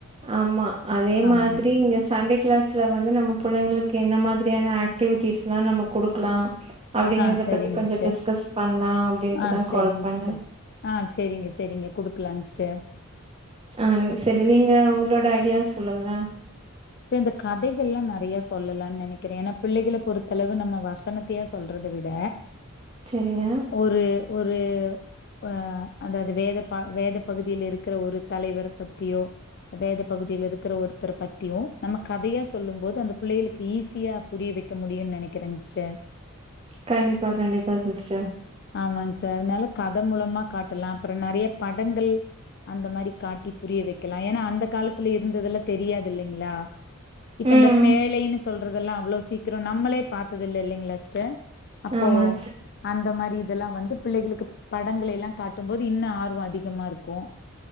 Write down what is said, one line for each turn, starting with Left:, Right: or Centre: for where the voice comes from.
Right: ஆமா அதே
Left: ஆமாங்க
Right: மாதிரி இங்க சண்டே கிளாஸ்ல வந்து நம்ம புள்ளைங்களுக்கு என்ன மாதிரியான ஆக்டிவிட்டிஸ்லா நம்ம குடுக்கலா அப்டிங்கிறத
Left: ஆ செரிங்க
Right: பத்தி கொஞ்ச
Left: சிஸ்டர்
Right: டிஸ்கஸ் பண்லா அப்டின்ட்டு
Left: ஆ
Right: தா
Left: செரிங்க
Right: கால் பண்ணே
Left: சிஸ்டர் ஆ சேரிங்க சேரிங்க குடுக்கலாங் சிஸ்டர்
Right: ஆ செரி நீங்க உங்ளோட ஐடியா சொல்லுங்க
Left: சிஸ்டர் இந்த கதைகள்லா நெறையா சொல்லலான் நெனைக்கிறே ஏனா பிள்ளைகள பொறுத்தளவு நம்ம வசனத்தையா சொல்றத விட
Right: செரிங்க
Left: ஒரு ஒரு ஆ அதாவ்து வேத ப வேத பகுதில இருக்கிற ஒரு தலைவர பத்தியோ வேத பகுதில இருக்கிற ஒருத்தர் பத் தியோ நம்ம கதையா சொல்லும் போது அந்த பிள்ளையளுக்கு ஈஸியா புரிய வைக்க முடியுன் நெனைக்கிறேங்க சிஸ்டர்
Right: கண்டிப்பா கண்டிப்பா சிஸ்டர்
Left: ஆமா சிஸ்டர் அதனால கத மூலமா காட்டலா அப்றோ நெறைய படங்கள் அந்த மாரி காட்டி புரிய வெக்கலா ஏனா அந்த காலத்துல இருந்ததெல்லா தெரியாது இல்லைங்ளா இப்ப
Right: ம்
Left: இந்த பேழைன்னு சொல்றதெல்லா அவ்ளோ சீக்கிரோ நம்மளே பாத்ததில்ல இல்லைங்ளா சிஸ்டர் அப்போ
Right: ஆமா சிஸ்டர்
Left: அந்த மாரி இதெல்லா வந்து பிள்ளைகளுக்கு படங்களைலா காட்டும்போது இன்னு ஆர்வோ அதிகமா இருக்கு